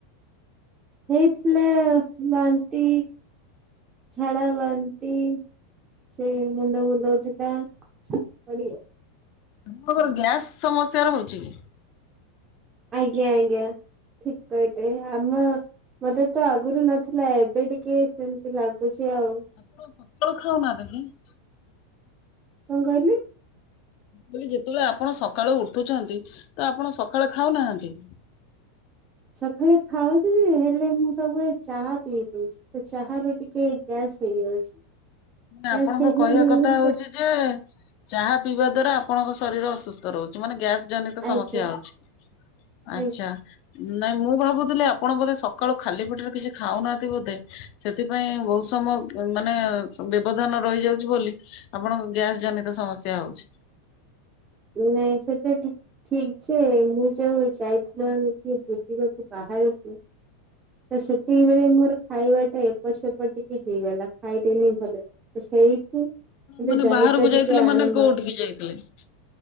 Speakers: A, on the right; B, on the left.
A: ହେଇଥିଲା ବାନ୍ତି, ଝାଡ଼ା, ବାନ୍ତି ସେଇ ମୁଣ୍ଡ ବୁଲଉଥିଲା। <unintelligible>
B: ଆପଣଙ୍କର ଗ୍ୟାସ ସମସ୍ୟା ରହୁଛି କି?
A: ଆଜ୍ଞା ଆଜ୍ଞା ଠିକ୍ କହିଲେ। ଆମ ମତେ ତ ଆଗରୁ ନଥିଲା, ଏବେ ଟିକେ ସେମିତି ଲାଗୁଛି ଆଉ।
B: ଆପଣ ସକାଳୁ ଖାଉନାହାନ୍ତି କି?
A: କଣ କହିଲେ?
B: ମୁଁ କହିଲି ଯେତେବେଳେ ଆପଣ ସକାଳୁ ଉଠୁଛନ୍ତି ତ ଆପଣ ସକାଳେ ଖାଉନାହାନ୍ତି?
A: ସକାଳେ ଖାଉଚି ଯେ ହେଲେ ମୁଁ ସବୁବେଳେ ଚାହା ପିଇ ଦଉଚି। ତ ଚା ରୁ ଟିକେ ଗ୍ୟାସ୍ ହେଇଯାଉଚି। ଗ୍ୟାସ୍
B: ମାନେ ଆପଣଙ୍କ
A: ହେଇ
B: କହିବା
A: ହେଇ
B: କଥା
A: ସେ
B: ହଉଛି ଚାହା ପିଇବା ଦ୍ଵାରା ଆପଣଙ୍କ ଶରୀର ଅସୁ ସ୍ଥ ରହୁଚି। ମାନେ ଗ୍ୟାସ୍ ଜନିତ ସମସ୍ୟା
A: ଆଜ୍ଞା
B: ହଉଚି। ଆଚ୍ଛା।
A: ଆଜ୍ଞା
B: ନାଇଁ ମୁଁ ଭାବୁଥିଲି ଆପଣ ବୋଧେ ସକାଳୁ ଖାଲି ପେଟରେ କିଛି ଖାଉନାହାନ୍ତି ବୋଧେ। ସେଥିପାଇଁ ବହୁତ ସମୟ ମାନେ ବ୍ୟବଧାନ ରହିଯାଉଚି ବୋଲି ଆପଣଙ୍କ ଗ୍ୟାସ୍ ଜନିତ ସମସ୍ୟା ହଉଚି।
A: ନାଇଁ ସେଟା ଠି ଠିକ୍ ଯେ ମୁଁ ଯୋଉ ଯାଇଥିଲୁ ଆମେ ଟିକେ ବୁଲିବାକୁ ବାହାରକୁ ତ ସେତିକି ବେଳେ ମୋର ଖାଇବା ଟା ଏପଟ ସପଟ ଟିକେ ହେଇଗଲା। ଖାଇଲେନି ଭଲ ରେ। ତ ସେଇଠି ମୋତେ
B: ମାନେ
A: ଜ୍ଵର
B: ବାହାରକୁ
A: ଟା
B: ଯାଇଥିଲେ
A: ଟିକେ ଆରମ୍ଭ
B: ମାନେ <unintelligible>